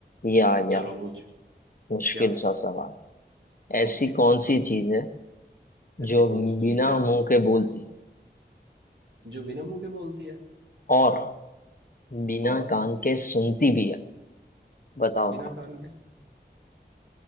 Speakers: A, on the left (about 50°); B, on the right (about 85°).
A: ये आ गया
B: चलो पूछ
A: मुश्किल
B: क्या
A: सा सवाल ऐसी
B: ओके
A: कौन सी चीज है
B: ऐसी
A: जो
B: कौन सी
A: बिना
B: चीज है
A: मुंह के बोलती है
B: जो बिना मुंह के बोलती है
A: और बिना
B: और
A: कान के सुनती भी है बताओ
B: बिना कान के